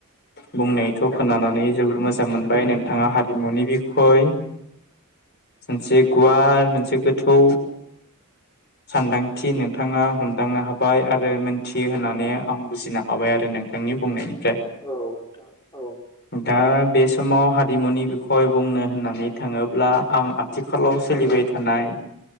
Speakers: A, on the left; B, on the left.
A: बुंनायखौ
B: औ
A: खोनानानै जोबोर मोजां मोनबाय नोंथाङा हारिमुनि बिखय मोनसे गुवार मोनसे गोथौ सानदांथि नोंथाङा हमदों- दांनो हाबाय आरो मोनथि होननानै आं बुजिनो हाबाय आरो नोंथांनि बुंनायनि फ्राय
B: औ नोंथां औ
A: दा। बे समाव हारिमुनि बिखय बुंनो होननानै थाङोब्ला आं आथिखालाव सोलिबाय
B: औ
A: थानाय